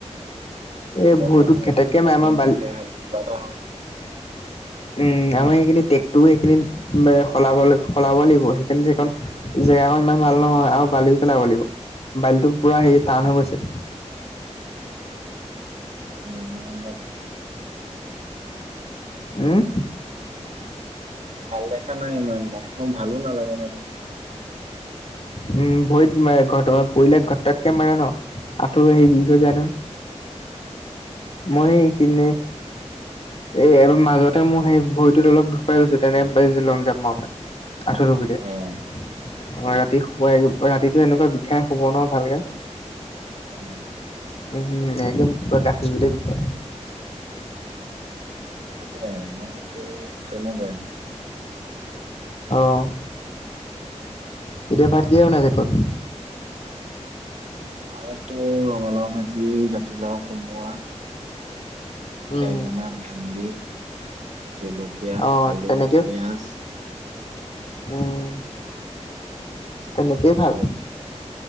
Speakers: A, on the right (about 75°); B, on the left (about 55°).
A: একেবাৰে
B: এই ভৰিটোত
A: নোৱাৰা হৈ
B: ঘেটেককৈ
A: থাকিলোঁ
B: মাৰে
A: এক্সিলেন্ত
B: আমাৰ বালি
A: নোযোৱাই হ'ল কিবা এটা হ'ল
B: উম আমাৰ সেইখিনি ট্ৰেকটোও সেইখিনি সলাব সলাব লাগিব সেইকাৰণ যেখন জেগাকন ইমান ভাল নহয় আৰু বালিও পেলাব লাগিব বালিটো পুৰা হেৰি টান হৈ গৈছে
A: সেই মন ভাল
B: উম
A: ভাল দেখা নাই ইমান বাৰ ভালো নালাগে নহয়
B: উম ভৰিত মা ঘট পৰিলে ঘটককে মাৰে নহ আঁঠৌ সেই বিষ হৈ জানো মই এইখিনে
A: অ
B: এই এবাৰ মাজতে মোৰ সেই ভৰিটোত অলপ দুখ পাই গৈছো তেনে ব লং জাম মাৰুতে আঠুৰ্টোগুইটে মই
A: অ', অ',
B: ৰাতি শুৱাই ৰাতিটো এনেকুৱা বিষাই শুব নোৱাৰো ভালকে
A: এ
B: উম হম একদম পুৰা কাটিবতে বিখাই
A: তাকে মইতো তেনেকুৱাই
B: অঁ এতিয়া ভাত কিহেৰে বনাইছে ঘত
A: অটো ৰঙালাও ভাজি জাতিলাও কোমোৱা
B: উম
A: বেঙেনা ভেন্দি জলকীয়া
B: অ
A: আলু
B: তেনেকে
A: পিয়াজ
B: উম তেনেকেই ভাল
A: চব